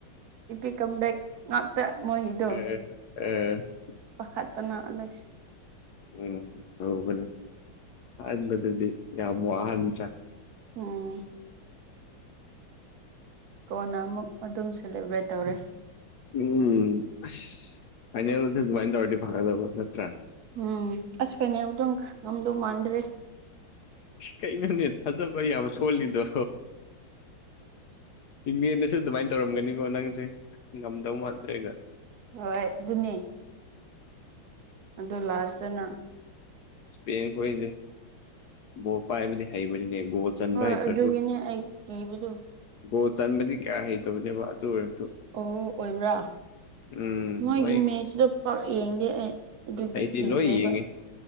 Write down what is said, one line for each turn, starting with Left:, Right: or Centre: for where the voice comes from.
Right: ꯑꯦꯄꯤꯛ ꯀꯝ ꯕꯥꯛ ꯃꯣꯏꯒꯤꯗ
Left: ꯑꯦ ꯑꯦ
Right: ꯄꯥꯈꯠꯄꯅꯂꯁꯤ
Left: ꯎꯝ ꯍꯅꯦ ꯑꯕꯗꯨꯗꯤ ꯌꯥꯝ ꯋꯥꯍꯟꯕꯔ
Right: ꯎꯝ ꯀꯣꯟꯅ ꯑꯃꯨꯛ ꯑꯗꯨꯝ ꯁꯦꯂꯦꯕ꯭ꯔꯦꯠ ꯇꯧꯔꯦ
Left: ꯎꯝ ꯑꯁ ꯐꯥꯏꯅꯦꯜꯗꯁꯨ ꯑꯗꯨꯃꯥꯏꯅ ꯇꯧꯔꯗꯤ ꯐꯪꯒꯗꯕ ꯅꯠꯇ꯭ꯔꯥ
Right: ꯎꯝ ꯑꯁ ꯐꯅꯦ ꯑꯃꯨꯛꯇꯪ ꯉꯝꯗꯧ ꯃꯥꯟꯗ꯭ꯔꯦ
Left: ꯀꯩꯅꯣꯅꯦ ꯊꯥꯖꯕ ꯌꯥꯝ ꯁꯣꯜꯂꯤꯗꯣ ꯏꯤꯡꯃꯦꯗꯁꯨ ꯑꯗꯨꯃꯥꯏꯅ ꯇꯧꯔꯝꯒꯅꯤꯀꯣ ꯅꯪꯁꯦ ꯑꯁ ꯉꯝꯗꯧ ꯃꯥꯟꯗ꯭ꯔꯦꯒ
Right: ꯍꯣꯏ ꯑꯗꯨꯅꯤ ꯑꯗꯣ ꯂꯥꯁꯇꯅ
Left: ꯄꯪ ꯀꯣꯏꯗꯤ ꯕꯣ ꯄꯥꯏꯕꯨꯗꯤ ꯍꯩꯕꯅꯤꯅꯦ ꯒꯣ ꯆꯟꯕ
Right: ꯍꯣꯏ
Left: ꯍꯩꯇ꯭ꯔꯁꯨ
Right: ꯑꯗꯨꯒꯤꯅꯦ ꯑꯩ ꯀꯤꯕꯗꯣ
Left: ꯒꯣ ꯆꯟꯕꯗꯤ ꯀꯌꯥ ꯍꯩꯇꯕꯅꯦꯕ ꯑꯗꯨ ꯑꯣꯏꯔꯁꯨ
Right: ꯑꯣ ꯑꯣꯏꯕ꯭ꯔꯥ
Left: ꯎꯝ
Right: ꯅꯣꯏꯒꯤ
Left: ꯃꯣꯏꯒꯤ
Right: ꯃꯦꯠꯁꯤꯗ ꯄꯛ ꯌꯦꯡꯗꯦ ꯑꯩ ꯑꯗꯨꯒꯤ
Left: ꯑꯩꯗꯤ
Right: ꯀꯤꯈ꯭ꯔꯦꯕ
Left: ꯂꯣꯏ ꯌꯦꯡꯉꯦ